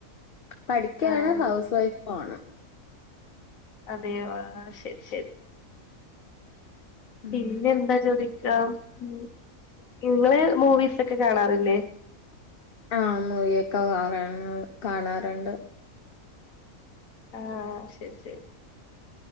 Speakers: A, on the left; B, on the left.
A: പഠിക്കയാണ്
B: ആഹ്
A: ഹൗസ് വൈഫും ആണ്
B: അതെയോ ആ ശരി ശരി
A: ഉം
B: പിന്നെന്താ ചോദി ക്കൊ ഉം നിങ്ങള് മൂവീസൊക്കെ കാണാറില്ലേ
A: ആഹ മൂവിയൊക്കെ കാറാണ് കാണാറുണ്ട്
B: ആഹ ശരി ശരി